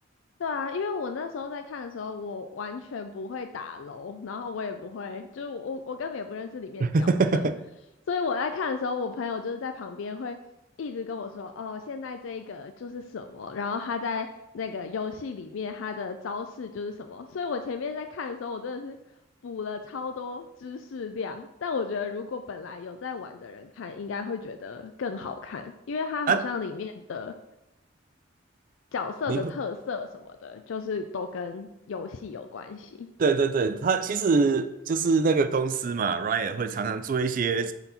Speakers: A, on the left (about 80°); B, on the right (about 45°).
A: 对啊，因为我那时候在看的时候，我完全不会打楼，然后我也不会，就是我我根本也不认识里面的角色，
B: <laughs>
A: 所以我在看的时候，我朋友就是在旁边会一直跟我说，哦，现在这一个就是什么，然后他在那个游戏里面他的招式就是什么，所以我前面在看的时候，我真的是补了超多知识量，但我觉得如果本来有在玩的人看，应该会觉得更好看，因为它好像里面的。
B: 啊。
A: 角色的特色什么的，
B: 你会
A: 就是都跟游戏有关系。
B: 对对对，他其实就是那个公司嘛 r y a n 会常常做一些，